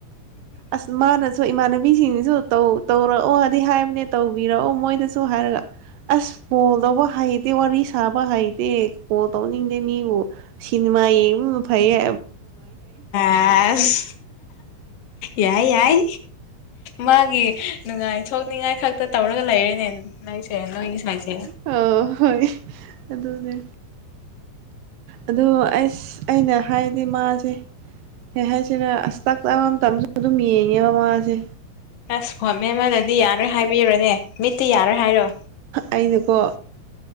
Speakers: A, on the right; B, on the left.
A: ꯑꯁ ꯃꯥꯅ ꯏꯃꯥꯟꯅꯕꯤꯁꯤꯡꯁꯤꯁꯨꯧ ꯇꯧꯔꯛꯑꯣ ꯑꯩ ꯍꯥꯏꯝꯅꯦ ꯇꯧꯕꯤꯔꯛꯑꯣ ꯃꯣꯏꯗꯁꯨ ꯍꯥꯏꯔꯒ ꯑꯁ ꯀꯣꯜ ꯇꯧꯕ ꯍꯩꯇꯦ ꯋꯥꯔꯤ ꯁꯥꯕ ꯍꯩꯇꯦ ꯀꯣꯜ ꯇꯧꯅꯤꯡꯗꯦ ꯃꯤꯕꯨ ꯁꯤꯟꯃ ꯌꯦꯡꯕꯅꯥ ꯐꯌꯦ
B: ꯑꯁ ꯌꯥꯏ ꯌꯥꯏ ꯃꯥꯒꯤ ꯅꯨꯡꯉꯥꯏꯊꯣꯛꯅꯤꯡꯉꯥꯏ ꯈꯛꯇ ꯇꯧꯔꯒ ꯂꯩꯔꯦꯅꯦ꯫ ꯅꯏꯁꯦ ꯅꯣꯏ ꯁꯥꯏꯁꯦ
A: ꯍꯣ ꯍꯣꯏ ꯑꯗꯨꯅꯦ ꯑꯗꯣ ꯑꯁ ꯑꯩꯅ ꯍꯥꯏꯗꯤ ꯃꯥꯁꯦ ꯀꯔꯤ ꯍꯥꯏꯁꯔ ꯑꯁꯇꯥꯛ ꯇꯥꯕ ꯃꯇꯝꯗ ꯑꯗꯨꯝ ꯌꯦꯡꯉꯦꯕ ꯃꯉꯥꯁꯦ
B: ꯑꯁ ꯐꯣꯟ ꯃꯦꯝꯃꯗꯗꯤ ꯌꯥꯔꯣꯏ ꯍꯥꯏꯕꯤꯕꯅꯦ ꯃꯤꯠꯇꯤ ꯌꯥꯔꯣꯏ ꯍꯥꯏꯌꯣ
A: ꯑꯩꯅꯀꯣ